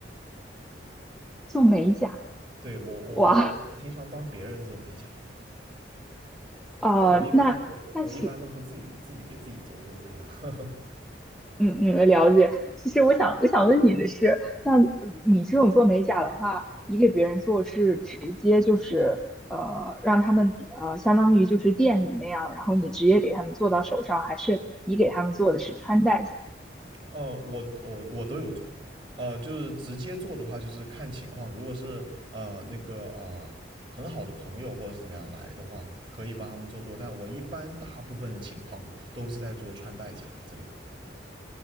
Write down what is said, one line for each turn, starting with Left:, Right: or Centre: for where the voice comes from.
Centre: 做美甲，
Right: 对，我我我我我挺喜欢帮别人做美甲的
Centre: 哇，哦，
Right: 但我一般我我一般都不自己自己给自己做，
Centre: 那那其
Right: 就是这样，<laughs>
Centre: 嗯嗯，了解。其实我想我想问你的是，那你这种做美甲的话，你给别人做是直接就是呃让他们呃相当于就是店里那样，然后你直接给他们做到手上，还是你给他们做的是穿戴甲？
Right: 呃，我我我都有做，呃，就是直接做的话，就是看情况。如果是呃那个啊、呃很好的朋友或者是怎么样来的话，可以帮他们做做。但我一般大部分的情况都是在做穿戴甲这个样子。